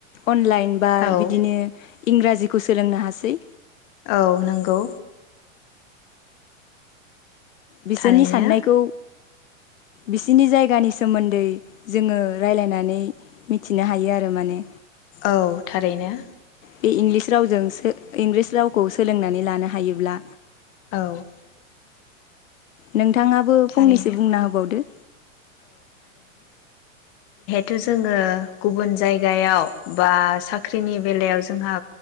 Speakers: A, on the left; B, on the left.
A: अनलाइन बा
B: औ
A: बिदिनो इंराजिखौ सोलोंनो हासै
B: औ नंगौ।
A: बिसोरनि
B: थारैनो
A: साननायखौ बिसिनि जायगानि सोमोन्दै जोङो रायलायनानै मिथिनो हायो आरो माने।
B: औ थारैनो।
A: बे इंलिस रावजोंसो इंलिस रावखौ सोलोंनानै लानो हायोब्ला
B: औ।
A: नों थाङाबो
B: थारैनो
A: फंनैसो बुंना होबावदो।
B: थु जोङो गुबुन जायगायाव बा साख्रिनि बेलायाव जोंहा